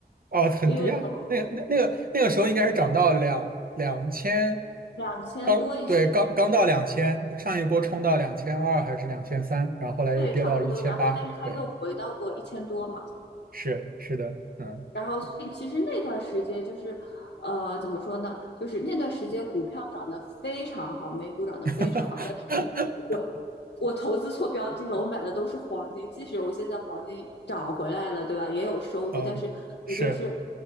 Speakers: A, on the right; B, on the left.
A: 哦，很低啊，
B: 因为从
A: 那个那那个那个时候应该是涨到两两千。
B: 两千多一些，
A: 刚对刚刚到两千，上一波冲到两千二还是两千三，然后后来又跌到一千八。
B: 对，差不多。然后，但是他又回到过一千多嘛。
A: 对，是是的，嗯。
B: 然后所以其实那段时间就是，呃，怎么说呢？就是那段时间股票涨得非常好，美股涨得非常好，
A: <laughs>
B: 但是我我投资错标的了，我买的都是黄金，即使我现在黄金涨回来了，对吧？也有收益，
A: 嗯，
B: 但是你就是。
A: 是，